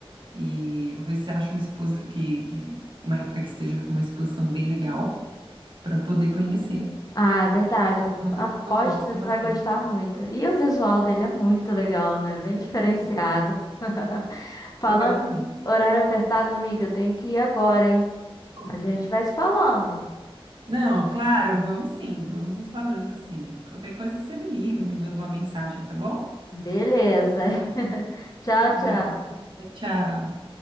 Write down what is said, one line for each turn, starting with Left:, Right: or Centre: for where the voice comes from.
Right: E vou ver se acho uma exposi que, que- uma época que esteja com uma exposição bem legal para poder conhecer.
Left: Ah, é verdade.
Right: É Uma
Left: Aposto
Right: coisa que eu gosto
Left: que você
Right: bastante.
Left: vai gostar muito. E o visual dele é muito legal, né? Bem diferenciado.
Right: É muito
Left: <laughs> Falando
Right: Legal mesmo.
Left: em horário apertado, amiga, eu tenho que ir agora, hein?
Right: Bom,
Left: Mas a gente vai se falando.
Right: Não, claro, vamos sim, vamos nos falando sim. Qualquer coisa você me liga, me manda uma mensagem, tá bom?
Left: Beleza. <laughs> Tchau,
Right: Um abraço.
Left: tchau.
Right: Tchau.